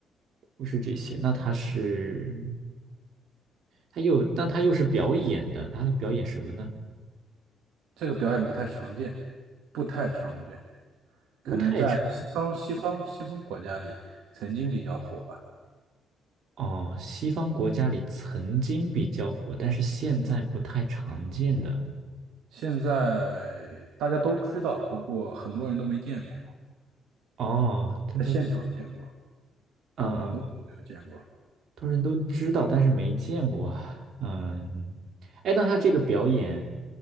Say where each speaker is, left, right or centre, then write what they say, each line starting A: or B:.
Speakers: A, on the right; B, on the right.
A: 不是这些，那他是他又那他又是表演的，他在表演什么呢？
B: 这个表演不太常见，不太常见。可能在西方、
A: 不太常
B: 西方、西方国家里曾经比较火吧，
A: 哦，西方国家里曾经比较火，但是现在不太常见的
B: 现在大家都知道，不过很多人都没见过，
A: 哦，大家都
B: 在现场见过，
A: 嗯嗯嗯
B: 很多人没有见过。
A: 多人都知道，但是没见过。嗯，哎，那他这个表演